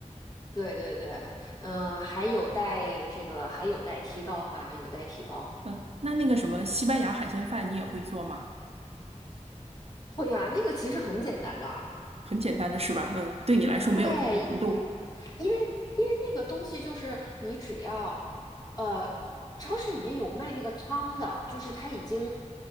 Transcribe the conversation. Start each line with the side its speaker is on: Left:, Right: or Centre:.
Left: 对对对，嗯、还有待这个还有待提高啊，有待提高。
Right: 嗯，那那个什么西班牙海鲜饭你也会做吗？
Left: 会呀、那个其实很简单的，
Right: 很简单的是吧？嗯，对你来说没有什么难度。
Left: 对，因为因为那个东西就是你只要，呃，超市里面有卖那个汤的，就是它已经